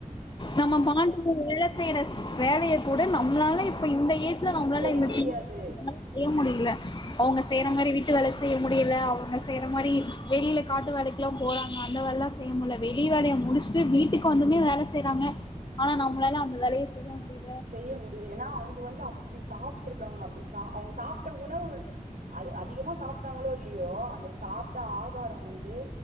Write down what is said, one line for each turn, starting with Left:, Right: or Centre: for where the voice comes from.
Left: நம்ம பாட்டிங்க வேல செய்யற வேலைய கூட நம்மளால இப்ப இந்த ஏஜ் நம்மளால
Right: செய்ய
Left: இந்த
Right: முடியாது
Left: சிறிய ஏஜ்ல <inaudible> செய்ய முடியல அவங்க செய்யற மாரி வீட்டு வேல செய்ய முடியல அவங்க செய்யற மாரி வெளில காட்டு வேலைக்குலாம் போறாங்க அந்த வேலல்லா செய்யமுள்ள வெளி வேல முடிஸ்ட்டு வீட்டு க்கு வந்துமே வேல செய்றாங்க ஆனா நம்பளால அந்த வேலய செய்ய முடில
Right: செய்ய முடியு ஏனா அவுங்க வந்து அப்டி சாப்ட்ருக்காங்க அப்டி அவுங்க சாப் ட உணவு அது அதிகமா சாப்ட்டாங்ளோ இல்லியோ அந்த சாப்ட்ட ஆகார வந்து